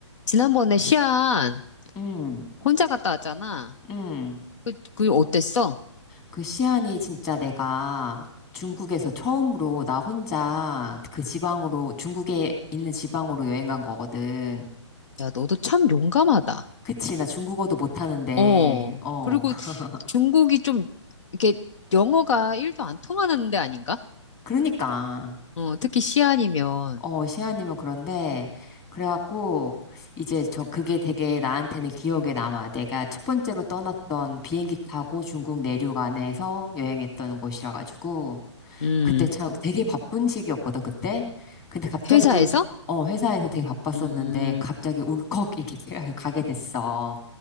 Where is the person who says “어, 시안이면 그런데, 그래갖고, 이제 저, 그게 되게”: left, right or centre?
Left